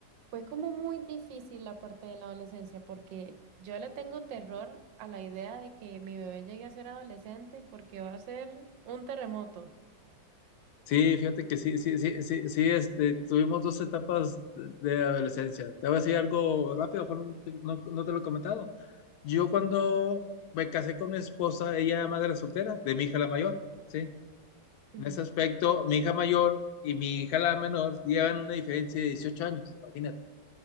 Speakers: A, on the right (about 90°); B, on the left (about 70°).
A: fue como muy difícil la parte de la adolescencia, porque yo le tengo terror a la idea de que mi bebé llegue a ser adolescente porque va a ser un terremoto.
B: Sí, fíjate que sí, sí, sí, sí, sí, este, tuvimos dos etapas de de adolescencia. Te voy a decir algo rápido, fueron- no, no no te lo he comentado. Yo cuando me casé con mi esposa, ella era madre soltera, de mi hija la mayor, ¿sí?
A: Ujú.
B: En ese aspecto, mi hija mayor y mi hija la menor llevan una diferencia de 18 años, imagínate.